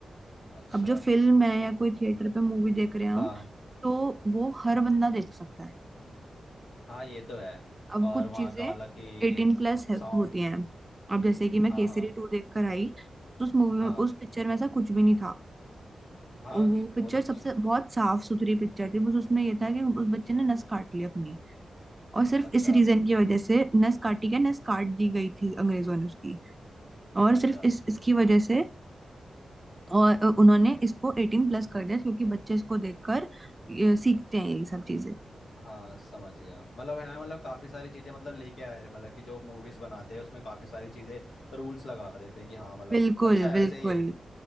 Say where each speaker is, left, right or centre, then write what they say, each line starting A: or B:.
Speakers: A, on the left; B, on the right.
A: अच्छा
B: अब जो फिल्म है या कोई थिएटर पे मूवी देख रहे हैं
A: हाँ
B: हम तो वो हर बंदा देख सकता है
A: हाँ ये तो है
B: अब
A: और
B: कुछ
A: वहाँ
B: चीजें
A: का मतलब कि
B: एटीन प्लस होती
A: साउंड
B: हैं
A: हम्म
B: अब जैसे कि मैं
A: हाँ
B: केसरी
A: हाँ
B: टू देख कर आई तो उस मूवी
A: हाँ
B: में उस पिक्चर में ऐसा कुछ भी नहीं था
A: हाँ
B: और वो पिक्चर
A: वो तो
B: सबसे
A: उस
B: बहुत साफ सुथरी पिक्चर थी बस उसमें ये था कि उस बच्चे ने नस काट ली अपनी और सिर्फ
A: अच्छा
B: इस रीजन की वजह से नस काटी क्या नस काट दी गई थी अंग्रेजों ने उसकी और
A: अच्छा
B: सिर्फ इस इसकी वजह से और अ, उन्होंने इसको एटीन प्लस कर दिया क्योंकि बच्चे इसको देखकर अ, सीखते हैं ये सब चीजें
A: हाँ समझ गया मतलब है मतलब काफी सारी चीजें मतलब लेके आए हैं, मतलब कि जो मूवीज बनाते हैं उसमें काफी सारी चीजें रूल्स लगा देते हैं कि हाँ मतलब
B: बिल्कुल
A: अच्छा है वैसे
B: बिल्कुल
A: ये